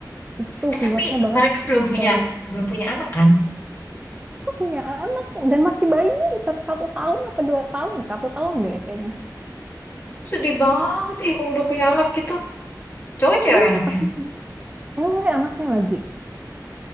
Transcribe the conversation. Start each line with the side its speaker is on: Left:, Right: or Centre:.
Right: itu
Left: Eh
Right: viewersnya
Left: tapi
Right: bahkan
Left: mereka belum punya
Right: banyak.
Left: belum punya anak kan?
Right: Aku punya anak kok, dan masih bayi, satu, satu tahun apa dua tahun, satu tahun deh kayaknya.
Left: Sedih banget ih kalau udah punya anak gitu. Cowok ya cewek
Right: Iya,
Left: anaknya.
Right: kasihan Cewek anaknya lagi.